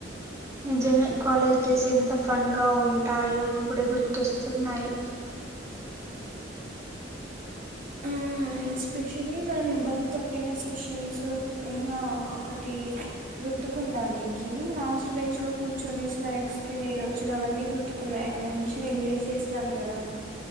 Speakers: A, on the right (about 15°); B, on the right (about 45°).
A: నిజమే కాలేజ్ డేస్ ఎంత ఫన్ గా ఉంటాయో ఇప్పుడే గుర్తొస్తా చిన్నాయి
B: ఆ ఎ స్పెషల్లీ మన బంకు కొట్టిన సెక్షన్స్ ఇంకా ఒకటి గుర్తుకుందా నీకి లాస్ట్ బెంచ్ లో కూర్చొని స్నాక్స్ తినే రోజులు అవన్నీ గుర్తుకున్నాయా మంచిగా ఎంజాయ్ చేసాం కదా